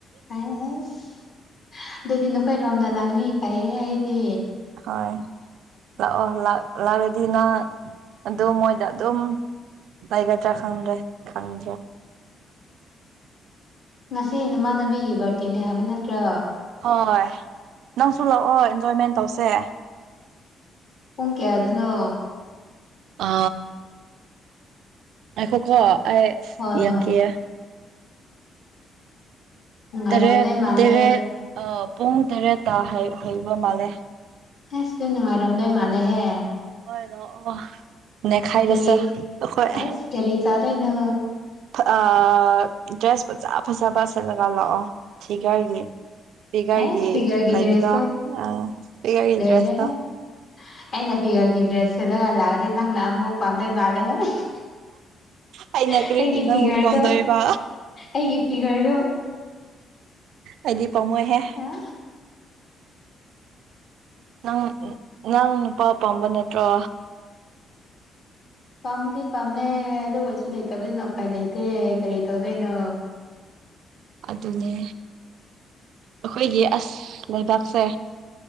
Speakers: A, on the left (about 55°); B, on the right (about 80°).
A: ꯑ ꯍꯩꯁ ꯑꯗꯨꯗꯤ ꯅꯈꯣꯏꯔꯣꯝꯗ ꯂꯥꯛꯅꯤ ꯐꯩꯌꯦꯍꯦ ꯑꯩꯗꯤ
B: ꯍꯣꯏ ꯂꯥꯛꯑꯣ ꯂꯥꯛ ꯂꯥꯛꯑꯗꯤꯅꯪ ꯑꯗꯨꯝ ꯃꯣꯏꯗ ꯑꯗꯨꯝ ꯂꯩꯒꯗ꯭ꯔ ꯈꯪꯗ꯭ꯔꯦ ꯈꯪꯗ꯭ꯔꯦ
A: ꯉꯁꯤ ꯅꯃꯥꯟꯅꯕꯤꯒꯤ ꯕꯥꯔꯗꯦꯅꯦ ꯍꯥꯏꯕ ꯅꯠꯇ꯭ꯔꯣ
B: ꯍꯣꯏ ꯅꯪꯁꯨ ꯂꯥꯛꯑꯣ ꯏꯟꯖꯣꯏꯃꯦꯟ ꯇꯧꯁꯦ
A: ꯄꯨꯡ ꯀꯌꯥꯗꯅꯣ
B: ꯑ ꯉꯥꯏꯈꯣꯀꯣ ꯑꯩ
A: ꯍꯣꯏ
B: ꯌꯦꯡꯒꯦ
A: ꯍꯣꯏ ꯅꯨꯡꯉꯥꯏꯔꯝꯗꯣꯏ
B: ꯇꯔꯦꯠ
A: ꯃꯥꯜꯂꯦ
B: ꯇꯔꯦꯠ ꯑ ꯄꯨꯡ ꯇꯔꯦꯠꯇ ꯍꯩ ꯍꯩꯕ ꯃꯥꯜꯂꯦ
A: ꯑꯁ ꯗꯨ ꯅꯨꯡꯉꯥꯏꯔꯝꯗꯣꯏ ꯃꯥꯜꯂꯦꯍꯦ
B: ꯍꯣꯏ ꯂꯥꯛꯑꯣ ꯅꯦꯈꯥꯏꯔꯁꯦ
A: ꯀꯔꯤ
B: ꯑꯩꯈꯣꯏ
A: ꯑꯦꯁ ꯀꯔꯤ ꯆꯥꯗꯣꯏꯅꯣ
B: ꯐ ꯑ ꯗ꯭ꯔꯦꯁ ꯐꯖ ꯐꯖꯕ ꯁꯦꯠꯂꯒ ꯂꯥꯛꯑꯣ ꯐꯤꯒꯔꯒꯤ ꯐꯤꯒꯔꯒꯤ
A: ꯑꯦꯁ ꯐꯤꯒꯔꯒꯤ
B: ꯂꯩꯕꯗꯣ
A: ꯗ꯭ꯔꯦꯁꯇꯣ
B: ꯑ ꯐꯤꯒꯔꯒꯤ
A: ꯂꯣꯏꯔꯦꯍꯦ
B: ꯗ꯭ꯔꯦꯁꯇꯣ
A: ꯑꯩꯅ ꯐꯤꯒꯔꯒꯤ ꯗ꯭ꯔꯦꯁ ꯁꯦꯠꯂꯒ ꯂꯥꯛꯑꯗꯤ ꯅꯪꯅ ꯑꯃꯨꯛ ꯄꯥꯝꯗꯣꯏ ꯃꯥꯜꯂꯦꯉꯣ <unintelligible>
B: ꯑꯩꯅ ꯀꯔꯤꯒꯤ
A: ꯑꯩꯒꯤ
B: ꯅꯪꯕꯨ
A: ꯐꯤꯒꯔꯗꯣ
B: ꯄꯥꯝꯗꯣꯏꯕ
A: ꯑꯩꯒꯤ ꯐꯤꯒꯔꯗꯣ
B: ꯑꯩꯗꯤ ꯄꯥꯃꯣꯏꯍꯦ
A: ꯑꯥ
B: ꯅꯪ ꯅꯪ ꯅꯨꯄꯥ ꯄꯥꯝꯕ ꯅꯠꯇ꯭ꯔꯣ
A: ꯄꯥꯝꯗꯤ ꯄꯥꯝꯃꯦ ꯑꯗꯨ ꯑꯣꯏꯁꯨ ꯂꯩꯇꯕꯅꯤꯅ ꯎꯄꯥꯏ ꯂꯩꯇꯦ ꯀꯔꯤ ꯇꯧꯗꯣꯏꯅꯣ
B: ꯑꯗꯨꯅꯦ ꯑꯈꯣꯏꯒꯤ ꯑꯁ ꯂꯩꯕꯥꯛꯁꯦ